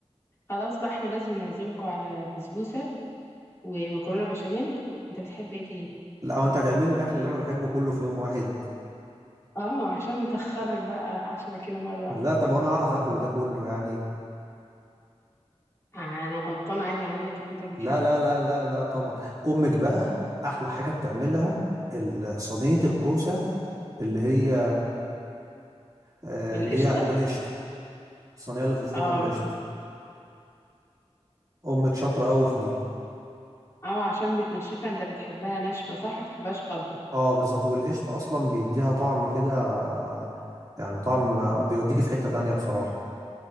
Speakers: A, on the left; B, on the right.
A: خلاص بقى احنا لازم نعزمكم على بسبوسة ومكرونة بشاميل أنت بتحب إيه تاني؟
B: لا هو انت هتعملي الاكل اللي انا بحبه كله في يوم واحد
A: اه عشان نتخنك بقى عشرة كيلو مرة واحدة.
B: لا طب انا اعرف اكل ده كله يعني
A: أنا غلطانة عايزة أعملك اللي أنت بتحبه
B: لا لا لا لا لا طبعا امك بقى احلى حاجه بتعملها ال- صينيه الكوسه اللي هي آه،
A: بالقشطة
B: اللي هي بالقشطه الصينيه اللي في الفرن
A: اه
B: بالقشطه امك شاطره قوي في دي
A: اه عشان بتنشفها أنت بتحبها ناشفة صح ما بتحبهاش خضرا
B: اه بالظبط والقشطه اصلا بيديها طعم كده آه، يعني طعم بيوديك في حته تانية بصراحه